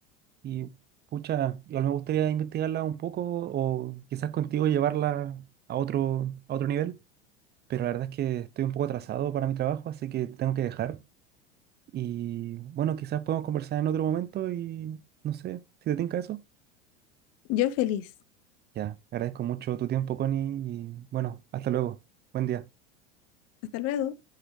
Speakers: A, on the right; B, on the left.
A: Y pucha, igual me gustaría investigarla un poco o quizás contigo llevarla a otro, a otro nivel. Pero la verdad es que estoy un poco atrasado para mi trabajo, así que tengo que dejar. Y bueno, quizás podemos conversar en otro momento y no sé si te tinca eso.
B: Yo feliz.
A: Ya, agradezco mucho tu tiempo, Connie, y bueno, hasta luego. Buen día.
B: Hasta luego.